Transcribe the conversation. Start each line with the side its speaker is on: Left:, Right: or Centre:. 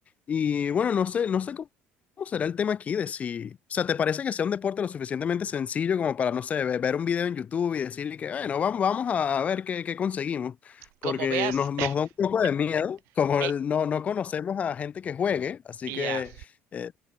Left: Y bueno, no sé, no sé cómo, cómo será el tema aquí de si, o sea, ¿te parece que sea un deporte lo suficientemente sencillo como para, no sé, ve- ver un video en YouTube y decirle que, bueno, vamos, vamos a ver qué, qué conseguimos? porque
Right: Como veas...
Left: nos, nos
Right: <laughs>
Left: da un poco de
Right: eh,
Left: miedo, como
Right: eh,
Left: el- no, no conocemos a gente que juegue, así
Right: y
Left: que,
Right: ya,
Left: eh,